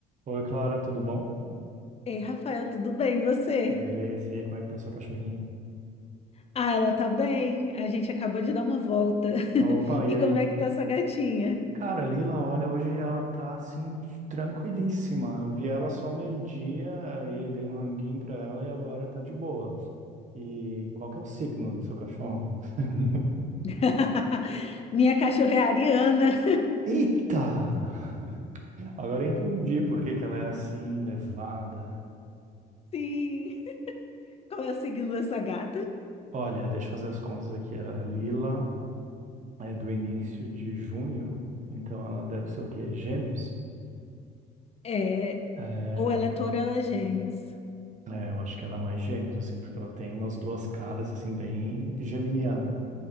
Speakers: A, on the right; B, on the left.
A: Oi, Clara, tudo bom?
B: Ei, Rafael, tudo bem, e você?
A: Beleza, e aí, como é que tá sua cachorrinha?
B: Ah, ela tá bem. A gente acabou de dar uma volta. <laughs>
A: Opa, e
B: E
A: aí?
B: como é que tá essa gatinha?
A: Cara, a Lila, olha, hoje ela tá assim, tranquilíssima. Eu vi ela só meio-dia, aí dei um ranguinho pra ela e agora tá de boa. E qual que é o signo do seu cachorro? <laughs>
B: <laughs> Minha cachorra é a Ariana. <laughs>
A: Eita! Agora eu entendi por que que ela é assim, levada.
B: Sim. Qual é o signo dessa gata?
A: Olha, deixa eu fazer as contas aqui. A Lila é do início de junho, então ela deve ser o quê? Gêmeos?
B: É,
A: É,
B: ou ela é touro ou ela é gêmeos.
A: É, eu acho que ela é mais gêmeos, assim, porque ela tem umas duas caras, assim, bem geminiana.